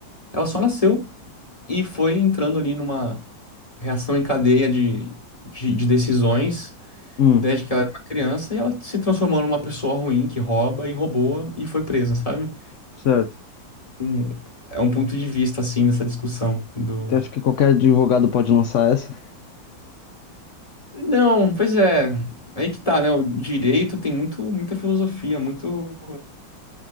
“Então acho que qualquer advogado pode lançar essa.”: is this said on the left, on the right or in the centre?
Left